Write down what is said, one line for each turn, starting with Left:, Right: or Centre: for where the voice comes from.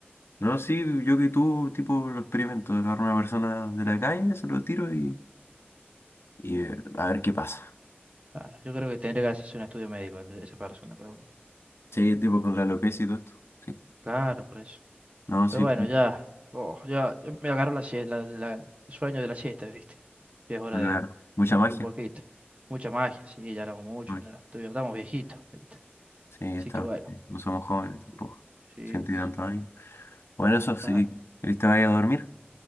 Left: no, sí, yo que tú, tipo, lo experimento. Agarro a una persona de la calle, se lo tiro y, y eh, a ver qué pasa.
Right: Claro, yo creo que tendría que hacerse un estudio médico de esa persona, pero bueno.
Left: Sí, tipo con la alopecia y todo esto. Sí.
Right: Claro, por eso.
Left: No, sí,
Right: Pero bueno, ya, oh, ya, ya me agarro la, sie- la- la- el sueño de la siesta, ¿viste? Ya es hora
Left: claro.
Right: de,
Left: Mucha
Right: de dormir
Left: magia.
Right: poquito. Mucha magia, sí, ya lo hago mucho,
Left: Mucha magia.
Right: ya estoy, estamos viejitos, ¿viste?
Left: Sí, está.
Right: Así que bueno,
Left: No somos jóvenes tampoco.
Right: sí, sí,
Left: Ciento y
Right: sí,
Left: tantos años. Bueno, eso, si
Right: claro.
Left: querés te vaya a dormir,